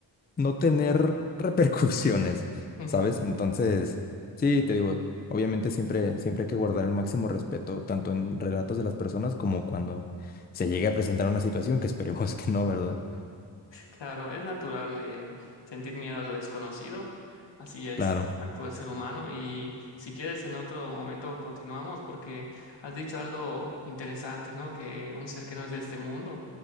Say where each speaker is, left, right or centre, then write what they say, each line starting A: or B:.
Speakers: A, on the left; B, on the left.
A: no tener repercusiones,
B: Ujú.
A: ¿sabes? Entonces, sí, te digo, obviamente siempre, siempre hay que guardar el máximo respeto, tanto en relatos de las personas como cuando se llegue a presentar una situación que esperemos que no, ¿verdad?
B: Claro, es natural eh, sentir miedo a lo desconocido, así es,
A: Claro,
B: actúa el ser humano y si quieres en otro momento continuamos porque has dicho algo interesante, ¿no? Que un ser que no es de este mundo